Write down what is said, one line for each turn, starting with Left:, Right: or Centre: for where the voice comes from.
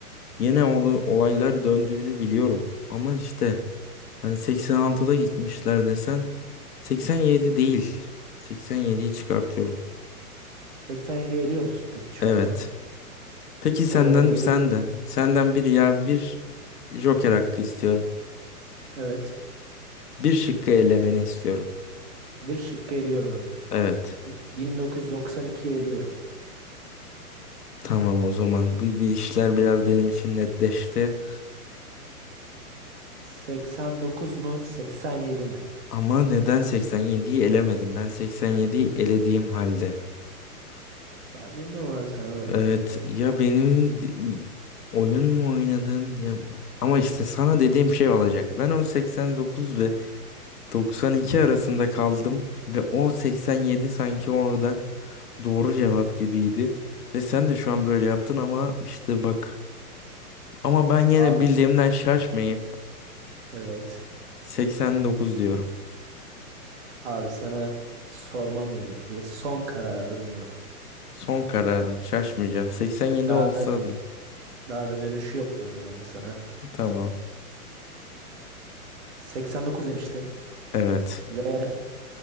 Left: yine orada olaylar döndüğünü biliyorum. Ama işte hani 86'da gitmişler desen 87 değil. 87'yi çıkartıyorum.
Right: 87'yi eliyor musun peki şu
Left: Evet.
Right: anda?
Left: Peki senden
Right: O zaman geriye
Left: senden senden bir yer bir Joker hakkı istiyorum.
Right: evet.
Left: Bir şıkkı elemeni istiyorum.
Right: Bir şıkkı eliyorum hemen.
Left: Evet.
Right: 1992'yi eliyorum.
Left: Tamam o zaman. Bu bu işler biraz benim için netleşti.
Right: 89 mu, 87 mi?
Left: Ama neden 87'yi elemedim? Ben 87'yi elediğim halde.
Right: Ben bilmem abi sana bıraktım.
Left: Evet ya benim di- oyun mu oynadın ya ama işte sana dediğim şey olacak. Ben o 89 ve 92 arasında kaldım ve o 87 sanki orada doğru cevap gibiydi. Ve sen de şu an böyle yaptın ama işte bak ama ben yine
Right: Abi
Left: bildiğimden şaşmayıp
Right: evet.
Left: 89 diyorum.
Right: Abi sana sormam gerekli. Son kararım mı?
Left: Son kararım. Şaşmayacağım. 87
Right: Daha
Left: olsa
Right: da
Left: bile.
Right: daha da dönüşü yok diyorum ben de sana.
Left: Tamam.
Right: 89 demiştin
Left: Evet.
Right: ve <laughs>